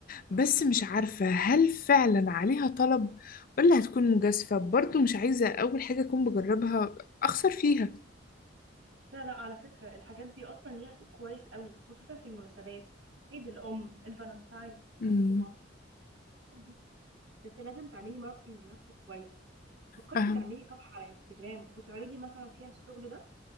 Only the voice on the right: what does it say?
لا لا على فكرة الحاجات دي أصلا ليها سوق كويس قوي خصوصا في المناسبات عيد الأم الفالنتاين
الخطوبة الحاجات دي بس لازم تعملي ماركتينج لنفسك كويس فكرتي
تعملي صفحة على انستجرام وتعرضي مثلا فيها الشغل ده